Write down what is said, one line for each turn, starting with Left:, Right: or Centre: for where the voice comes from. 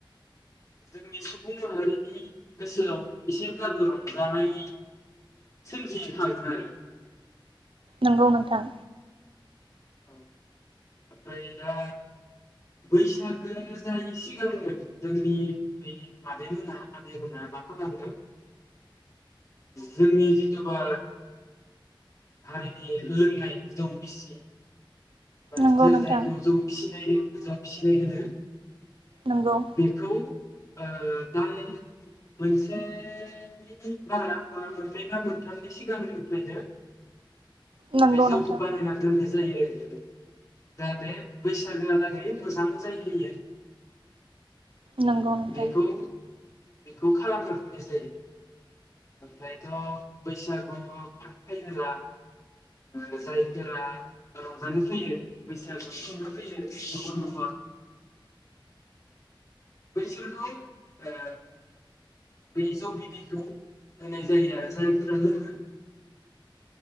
Left: जोंनि सुबुं माहारिनि गोसोआव एसेब्लाबो रंजानाय सोमजिखांङो
Right: नंगौ नोंथां
Left: औ ओमफ्राय दा बैसागो जायै सिगांनो जोंनि बे मादै मोनहा आदैमोनहा मा खालामो जोंनि जिथ'बा हारिनि लोंनाय जौ गिसि बा
Right: नंगौ
Left: जे
Right: नोंथां
Left: जायखौ जौ फिसिनाय होनो मोजां फिसिनाय होनो
Right: नंगौ
Left: बेखौ ओ दा नों मोनसेनि बारा मोननै बा मोनथामनि सिगांनिफ्रायनो
Right: नंगौ
Left: बे जौखौ
Right: नोंथां
Left: बानायनानै दोननाय जायो। जायो जाहाथे बैसागोआलागै मोजां जाहैयो
Right: नंगौ नोंथां
Left: बेखौ बेखौ खालामनो फैनाय जायो ओमफ्रायथ' बैसागु फैब्ला ओ जायफोरा रंजानो फैयो बैसागु खुंनो फैयो न'खर न'खर बैसोरखौ ओ बे जौ बिदैखौ होनाय जायो आरो जायफोरा लोंङो